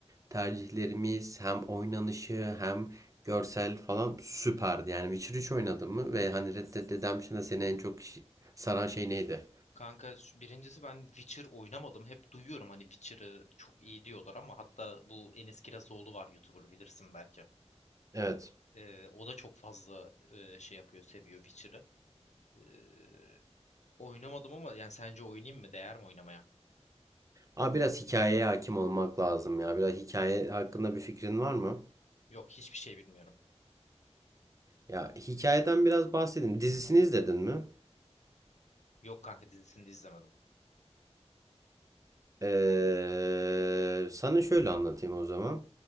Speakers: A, on the right; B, on the left.
A: tercihlerimiz hem oynanışı hem görsel falan süperdi. Yani Witcher üç oynadın mı? Ve hani Red Dead Redemption'da seni en çok şi- saran şey neydi?
B: Kanka şu- birincisi ben Witcher oynamadım. Hep duyuyorum hani Witcher'ı çok iyi diyorlar ama hatta bu Enis Kirazoğlu var YouTuber bilirsin belki.
A: Evet.
B: Ee, o da çok fazla e, şey yapıyor, seviyor Witcher'ı. Ee, oynamadım ama yani sence oynayayım mı? Değer mi oynamaya?
A: Ama biraz hikayeye hakim olmak lazım ya. Biraz hikaye hakkında bir fikrin var mı?
B: Yok, hiçbir şey bilmiyorum.
A: Ya hikayeden biraz bahsedin. Dizisini izledin mi?
B: Yok kanka dizisini de izlemedim.
A: Ee, sana şöyle anlatayım o zaman.